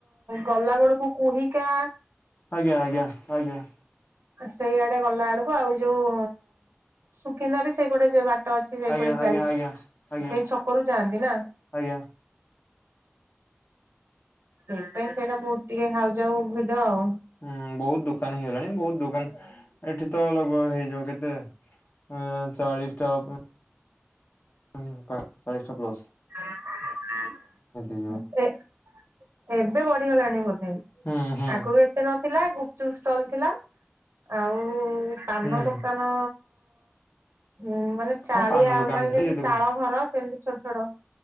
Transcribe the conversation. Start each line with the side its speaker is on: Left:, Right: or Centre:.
Right: ଗଲା ବେଳକୁ କୁହିକା
Left: ଆଜ୍ଞା ଆଜ୍ଞା ଆଜ୍ଞା।
Right: ସେଇଆଡେ ଗଲା ବେଳକୁ ଆଉ ଯୋଉ ସୁକିନ୍ଦା ବି ସେଇପଟେ ଯେ ଅଛି ସେଇପଟ
Left: ଆଜ୍ଞା
Right: ଯାଇ
Left: ଆଜ୍ଞା ଆଜ୍ଞା ଆଜ୍ଞା
Right: ସେଇ ଛକରୁ ଯାଆନ୍ତି ନା।
Left: ଆଜ୍ଞା।
Right: ସେଇଥିପାଇଁ ସେଇଟା ବହୁତ ଟିକେ ହାଉ ଯାଉ ଭିଡ ଆଉ।
Left: ହୁଁ ବହୁତ ଦୁକାନ ହେଇଗଲାଣି। ବହୁତ ଦୋକାନ ଏଠି ତ ଲଗଭଗ ହେଇଯିବ କେତେ ଏ ଚାଳିଶ ଟା ଉପ <unintelligible> ଚାଳିଶଟା ପ୍ଲସ।
Right: <unintelligible>
Left: ହେଇଯିବ
Right: ଏବେ ବଢିଗଲାଣି ବୋଧେ
Left: ହୁଁ ହୁଁ
Right: ଆଗରୁ ଏତେ ନ ଥିଲା ଗୁପଚୁପ ଷ୍ଟଲ ଥିଲା ଆଉ ପାନ
Left: ହୁଁ
Right: ଦୋକାନ ହଁଁ ମାନେ ଚାଳିଆ
Left: ହଁ ପାନ ଦୋକାନ
Right: ମାନେ
Left: ଥିଲା
Right: ଯେମିତି
Left: ଇଏ ଦୋକାନ
Right: ଚାଳ ଘର ସେମତି ଛୋଟ ଛୋଟ